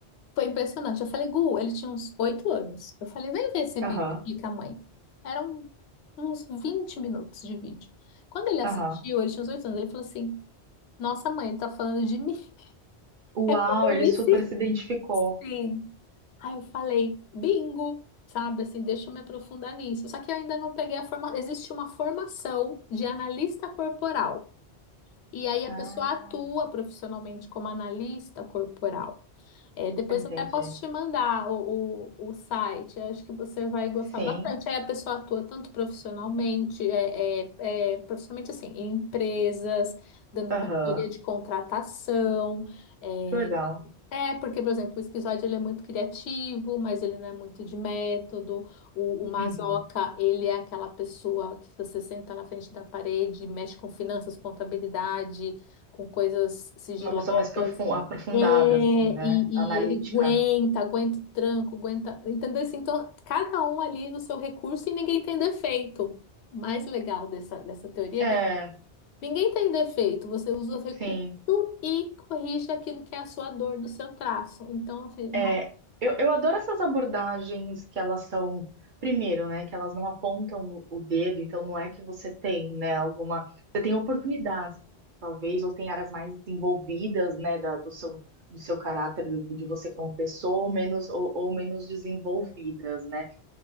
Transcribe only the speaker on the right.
Aham,
aham.
Uau,
ele
super
se identificou.
Ah,
entendi.
Sim.
Aham.
Que legal.
Uhum.
Uma pessoa mais profu- aprofundada,
assim, né? Analítica.
É,
sim.
É, eu, eu adoro essas abordagens que elas são, primeiro, né? Que elas não apontam o o dedo, então não é que você tem, né, alguma. Você tem oportunidades, talvez, ou tem áreas mais desenvolvidas, né, da- do seu, do seu caráter, do- de você como pessoa, ou menos, ou, ou menos desenvolvidas, né?